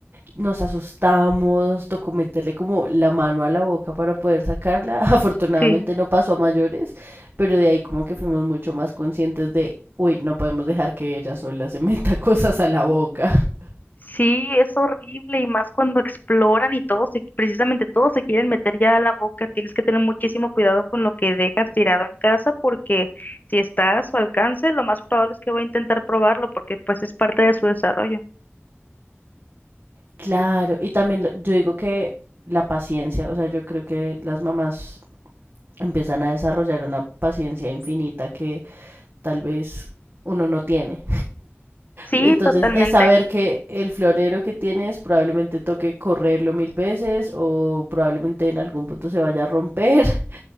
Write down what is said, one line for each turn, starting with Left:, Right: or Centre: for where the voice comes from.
Right: Nos asustamos, tocó meterle como la mano a la boca para poder sacarla. <laughs> Afortunadamente
Left: Sí.
Right: no pasó a mayores, pero de ahí como que fuimos mucho más conscientes de, uy, no podemos dejar que ella sola se <laughs> meta cosas a la boca. <laughs>
Left: Sí, es horrible y más cuando exploran y todos, se- precisamente todos se quieren meter ya a la boca. Tienes que tener muchísimo cuidado con lo que dejas tirado en casa porque si está a su alcance, lo más probable es que va a intentar probarlo porque pues es parte de su desarrollo.
Right: Claro, y también lo- yo digo que la paciencia, o sea, yo creo que las mamás empiezan a desarrollar una paciencia infinita que tal vez uno no tiene.
Left: Sí,
Right: Entonces
Left: totalmente.
Right: es saber que el florero que tienes probablemente toque correrlo mil veces o probablemente en algún punto se vaya a romper. <laughs>